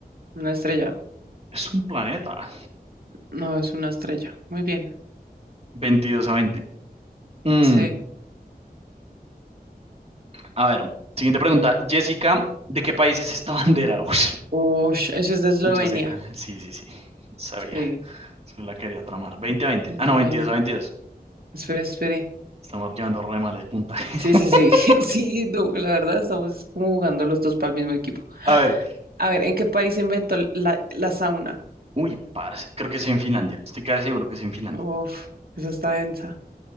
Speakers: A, on the right (about 70°); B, on the right (about 40°).
A: una estrella?
B: Es un planeta.
A: No, es una estrella. Muy bien.
B: 22 a 20. Mm,
A: Sí.
B: a ver, siguiente pregunta. Jessica, ¿de qué país es esta bandera? <laughs> Uy,
A: Ush, eso es de Eslovenia.
B: Yo sé cuál es. Sí, sí, sí. Sabía.
A: Sí,
B: Solo la quería tramar. 20 a 20.
A: Eslovenia.
B: Ah, no, 22 a 22.
A: Espere, espere.
B: Estamos llevando re mal de puntaje.
A: Sí,
B: <laughs>
A: sí, sí. <laughs> Sí, no, la verdad estamos es como jugando los dos para el mismo equipo.
B: A ver.
A: A ver, ¿en qué país se inventó la, la sauna?
B: Uy, parce. Creo que es en Finlandia. Estoy casi seguro que es en Finlandia.
A: Uf, esa está densa.